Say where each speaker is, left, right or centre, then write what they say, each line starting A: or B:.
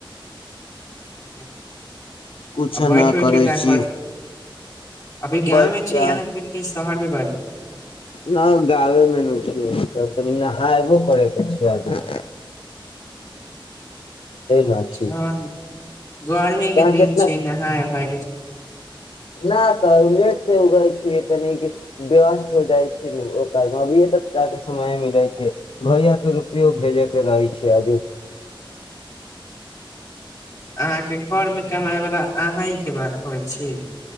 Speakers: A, on the left; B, on the left.
A: <inaudible>
B: कछ
A: आ बैठ
B: नहि
A: उठ
B: करै
A: के का
B: छी
A: अभी गाँव
B: बैठके
A: मे छी अहाँके की शहर मे बानी
B: नहि गाबे मे नहि छी। त नहा एबो करैके छै आदमी।
A: अछा
B: न छी
A: गर्मीके
B: कहाँ
A: दिन
B: केतना
A: छिय नहााय भायके छै।
B: न तऽ उन्नेट से उगै छ तनिक व्यस्त हो जाइ छै ओकर नभिय त ल के समय मिलै छै भैय के रुपो भेजे के रहै छै आजु।
A: अहाँके घर मे कमाइ बला। अह ई के बात होइ छी।